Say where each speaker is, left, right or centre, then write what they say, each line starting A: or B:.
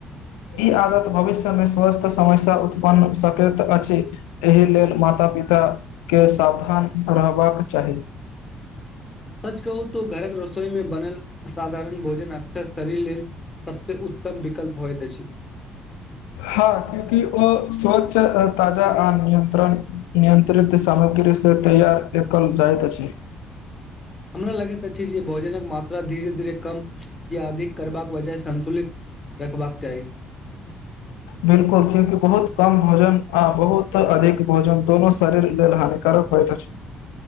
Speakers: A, on the left (about 70°); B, on the left (about 25°).
A: ई आदत भविष्यमे स्वस्थ समस्या उत्पन्न सकैत अछि एहि लेल माता पिताके सावधान रहबाक चाही
B: सच कहू तो घरक रसोई मे बनल असाधारण भोजन अक्सर शरीर लेल सबसे उत्तम विकल्प होइत अछि
A: हँ क्युकि ओ स्वच्छ ताजा आ नंत्रण नियंत्रित साहब ओकरेसे तैयार एकल जाइत अछि
B: हमरा लगैत अछि जे भोजनक मात्रा धीरे धीरे कम या अधिक करबाक वजह सन्तुलित रखबाक चाही
A: बिलकुल क्यूंकि बहुत कम भोजन आ बहुत अधिक भोजन दोनो शरीर लेल हानिकारण होइत अछी